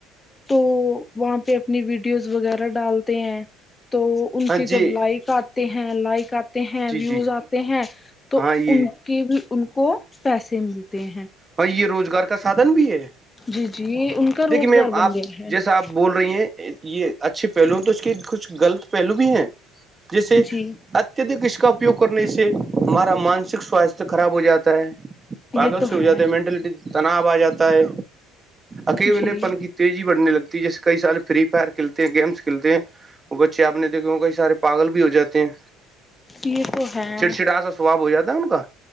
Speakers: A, on the left (about 20°); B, on the right (about 25°).
A: تو وہاں پہ اپنی ویڈیوز وغیرہ ڈالتے ہیں تو ان
B: ہاں
A: کے جب
B: جی
A: لائک آتے ہیں لائک آ ہیں
B: جی
A: ویوز
B: جی
A: آتے ہیں تو
B: ہاں یہ
A: ان کے بھی ان کو پیسے ملتے ہیں
B: ہاں یہ روزگار کا سادھن بھی ہے
A: جی جی یہ ان کا روزگار
B: دیکھیے میم
A: بن
B: آپ
A: گیا ہے
B: جیسا آپ بول رہی ہیں یہ اچھے پہلو ہیں تو اس کے کچھ غلط پہلو بھی ہیں جیسے
A: جی
B: اچ اتدک اس کا اپیوگ کرنے سے ہمارا مانسک سواستھ خراب ہو جاتا ہے پاگل
A: یہ تو
B: سے ہو
A: ہے
B: جاتا مینٹلٹی تناؤ آ جاتا ہے اکی ولے
A: جی
B: پن کی تیزی بڑھنے لگتی ہے جیسے کئی سال فری فائر کھیلتے ہیں گیمس کھیلتے ہیں وہ بچے آ نے دیکھے کئی سارے پاگل بھی ہو جاتے ہیں
A: یہ تو ہے
B: چڑچڑا سا سوااب ہو جاتا ہے ان کا